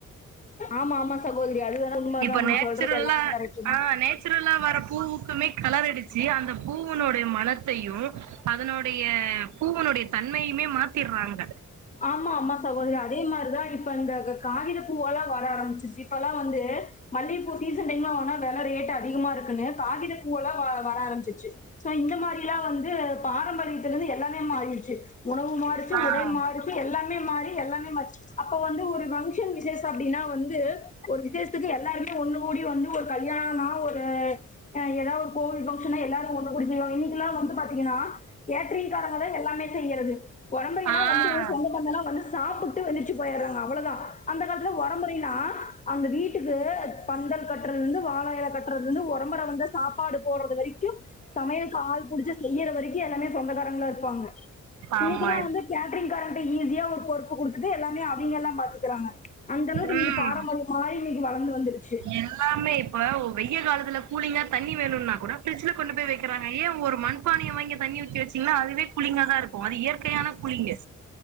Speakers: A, on the left; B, on the right.
A: ஆமா ஆமா சகோதரி அது வேணா உண்மைதான்
B: இப்ப
A: நீ
B: நேச்சுரல்லா
A: சொல்றது எல்லாமே கரெக்ட்
B: அ நேச் துரல்லா வர பூவுக்குமே கலர் அடிச்சு அந்த பூவுனுடைய மனத்தையு அதனோடைய பூவனுடைய தன்மையுமே மாத்திற்றாங்க
A: ஆமா ஆமா சகோத்ரி அதே மாரிதா இப்ப இந்த க காகித பூவல்லா வர ஆரமிச்ருச்சு இப்ப லா வந்து மல்லிக பூ சீசன் டைம்லா வாங்னா வெல ரேட் அதிகமா இருக்குனு காகித பூவல்லா வா வர ஆரமிச்ருச்சி சோ இந்த மாரிலா வந் பாரம்பரியத்துலருந்து எல்லாமே மாறிற்ச்சு உணவு மாறிச்சு
B: ஆ
A: உடை மாறு து எல்லாமே மாறி எல்லாமே மாற்ச் அப்ப வந்து ஒரு வங்ஷன் விசேஷ அப்டினா வந்து ஒரு விசேஸ்த்துக்கு எல்லாருமே ஒன்னு கூடி வந்து ஒரு கல்யாணனா ஒரு அ எதாஒரு கோவில் ஃபங்க்ஷனா எல்லாரு ஒன்னு கூடி செய்வாங்க இன்னிக்கில்லா வந்து பாத்தீங்கனா கேட்ரிங் காரங்கதா எல்லாமே செய்யறது ஒறம்பொறையல்லா
B: ஆ
A: வந்து பந்தல்லா வந்து சாப்புட்டு வெந்துர்ச்சி போயறாங்க அவ்வளதா அந்த காலத்துல ஒறமொறைன்னா அந்த வீட்டுக்கு பந்தல் கட்டுறதுலந்து வாழ எல கட்றதுலந்து ஒறம்பொற வந்தா சாப்பாடு போட்றது வரி க்கு சமயலுக்கு ஆள் புடுச்சு செய்யற வரிக்கு எல்லாமே சொந்தகாரங்ளா இருப்பாங்க இன்னிக்கில்லா
B: ஆமா
A: வந்து கேட்டரிங் காரங் ஈஸியா அவுருக் வொர்க் குடுத்துட்டு எல்லாமே அவிங் எல்லா பாத்துக்குறாங்க அந்த அளவுக்கு
B: ம்
A: இன்னக்கி பாரம்பரியமா இன்னக்கி வளந்து வந்துருச்சி
B: எல்லாமே இப்ப வெயில் காலத்துல கூலிங்கா தண்ணி வேணுனா கூட பிரிட்ஜில கொண்டு போய் வக்கிறாங்க ஏ ஒரு மண் பானய வாங்கி தண்ணி ஊத்தி வச்சீங்கன்னா அதுவே கூலிங்கா தா இருக்கு அது இயற்கையான கூலிங்கு